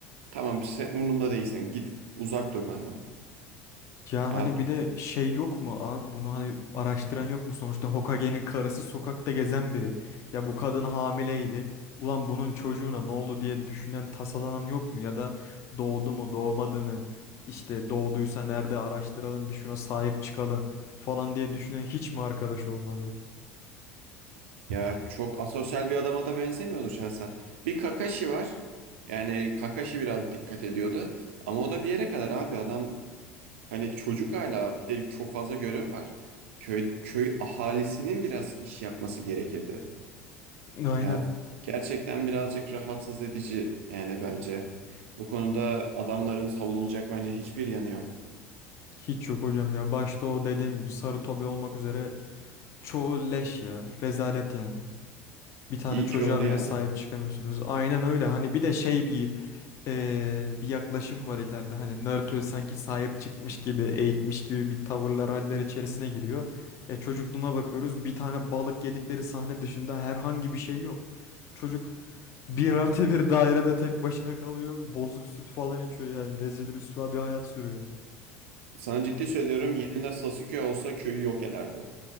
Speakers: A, on the right; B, on the left.
A: Tamam sen umurumda değilsin. Git uzak dur benden.
B: Ya
A: Ya
B: hani bir de şey yok mu abi bunu hani araştıran yok mu sonuçta Hokage'nin karısı sokakta gezen biri. Ya bu kadın hamileydi. Ulan bunun çocuğuna ne oldu diye düşünen tasalanan yok mu ya da doğdu mu doğmadı mı? İşte doğduysa nerede araştıralım bir şuna sahip çıkalım falan diye düşünen hiç mi arkadaş olmadı?
A: ya çok asosyal bir adama da benzemiyordu şahsen. Bir Kakashi var. Yani Kakashi biraz dikkat ediyordu. Ama o da bir yere kadar abi adam hani çocuk hala bir de çok fazla görev var. Köy köy ahalisinin biraz iş yapması gerekirdi.
B: Aynen.
A: Ya gerçekten birazcık rahatsız edici yani bence. Bu konuda adamların savunulacak bence hiçbir yanı yok.
B: Hiç yok hocam ya. Başta o dediğim gibi sarı tobi olmak üzere çoğu leş ya. Rezalet yani. Bir tane
A: İyi
B: çocuğa
A: ki öldü
B: bile
A: yani.
B: sahip çıkamıyorsunuz. Aynen öyle. Hani bir de şey bir eee, bir yaklaşım var ileride. Hani Naruto'yu sanki sahip çıkmış gibi, eğitmiş gibi bir tavırlar, haller içerisine giriyor. E, çocukluğuna bakıyoruz. Bir tane balık yedikleri sahne dışında herhangi bir şey yok. Çocuk bir artı bir dairede tek başına kalıyor. Bozuk süt falan içiyor yani. Rezil rüsva bir hayat sürüyor.
A: Sana ciddi söylüyorum yerine Sasuke olsa köyü yok ederdi.